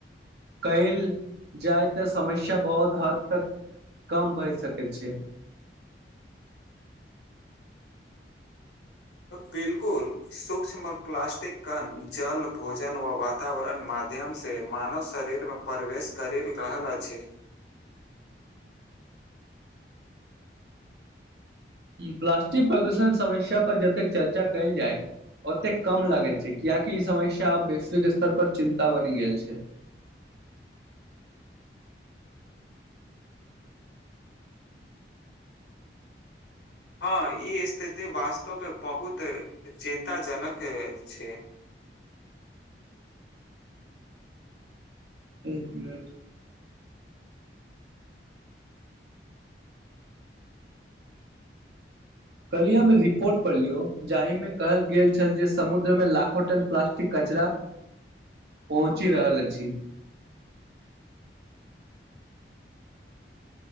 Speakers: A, on the right; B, on the left.
A: कयल जाइ तऽ समस्या बहुत हद तक कम भइ सकैत छै
B: बिल्कुल सूक्ष्म प्लास्टिक कन जल भोजन व वातावरण मान माध्यम से मानव शरीरमे प्रवेश करि रहल अछि
A: <unintelligible> प्लास्टिक प्रदूषण समस्या पर जतेक चर्चा कयल जाय ओतेक कम लागैत छै कियाकि ई समस्या आब वैश्विक स्तर पर चिन्ता बनि गेल छै <unintelligible>
B: हँ ई स्थिति वास्तवमे बहुत चिन्ताजनक छै
A: एक मिनट कल्हि हम रिपोर्ट पर लियौ जाहिमे कहल गेल छल जे समुद्रमे लाखो टन प्लास्टिक कचा पहुँचि रहल अछि